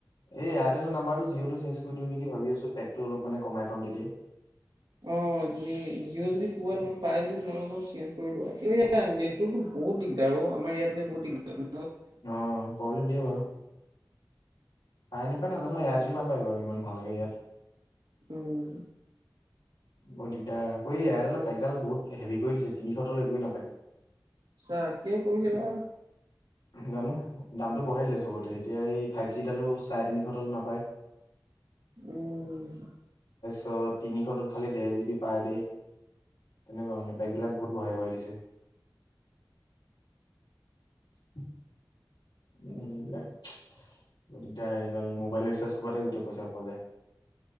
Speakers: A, on the left; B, on the right.
A: এয়াৰটেলৰ নাম্বৰটো জিঅ'লৈ চে্জ কৰি দিওঁ নেকি ভাবিছো পেকটো অলপ মানে কমাই পাম তেতিয়া
B: অ তুমি জিঅ' যদি কোৱা তাৰ পাই যদি তোমালোক চেঞ্জ কৰি লোৱা কিন্তু নেটৰ্টো বহুত দিগদাৰ অ আমাৰ ইয়াত যে বহুত দিগ
A: অ প্ৰব্লেম দিয়ে বাৰু পাই নাপায় নাজানো এয়াৰটেল নাপায় বাৰু ইমান ভালকে ইয়াত
B: উম
A: বৰ দিগদাৰ আকৌ এই ইডালৰ পেকডাল বহুত হেভি কৰি দিছে তিনিশ তলৈ একোৱেই নাপায়।
B: ছাহ কিয় কৰিছে বা
A: জানো দামটো বঢ়াই দিলে চবতে এতিয়া এই ফাইভ জিডালো চাৰে তিনিশ তলত নাপায়।
B: উম
A: ত' তিনিশটোত খালি ডেৰ জিবি পাৰ ডে তেনেকুৱা মানে পেক বিলাক বহুত বঢ়াই বঢ়াই দিছে। <inaudible> এইবিলাক বৰ দিগদাৰ মোবাইল ৰিচাৰ্জ কৰাতে গোটেই সোপা পইচা পোৱা যায়।